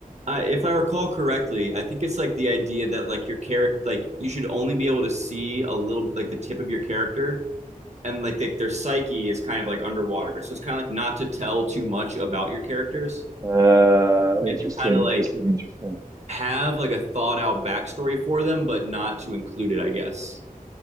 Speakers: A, on the right; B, on the right.
A: Uh, if I recall correctly, I think it's like the idea that like your character, like you should only be able to see a little, like the tip of your character, and like the, their psyche is kind of like underwater. So it's kind of like not to tell too much about your characters
B: Uh,
A: and
B: interesting,
A: to kind of like
B: interesting, interesting.
A: have like a thought out backstory for them, but not to include it, I guess.